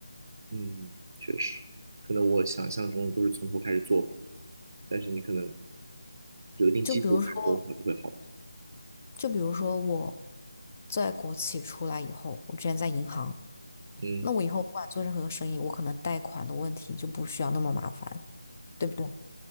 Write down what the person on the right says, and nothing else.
嗯，确实，可能我想象中的都是从头开始做吧，但是你可能有一定基础开始做的话，
就会好。
嗯